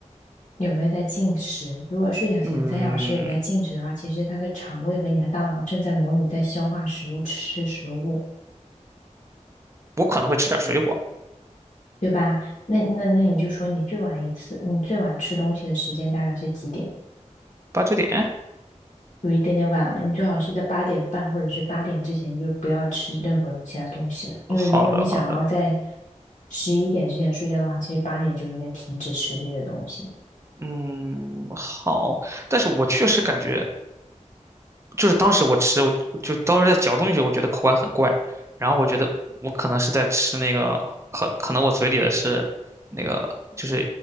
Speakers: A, on the left; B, on the right.
A: 有没有在进食？如果睡觉前三小时有在进食的话，
B: 嗯，
A: 其实他的肠胃和你的大脑正在模拟在消化食物、吃食物，
B: 我可能会吃点水果，
A: 对吧？那那那你就说你最晚一次，你最晚吃东西的时间大概是几点？
B: 八九点。
A: 有一点点晚了，你最好是在八点半或者是八点之前就不要吃任何其他东西了，因为如果你想要在
B: 好的，好的。
A: 十一点之前睡觉的话，其实八点就应该停止吃这些东西了。
B: 嗯，好，但是我确实感觉，就是当时我吃，我就当时在嚼东西我觉得口感很怪，然后我觉得我可能是在吃那个，可可能我嘴里的是那个就是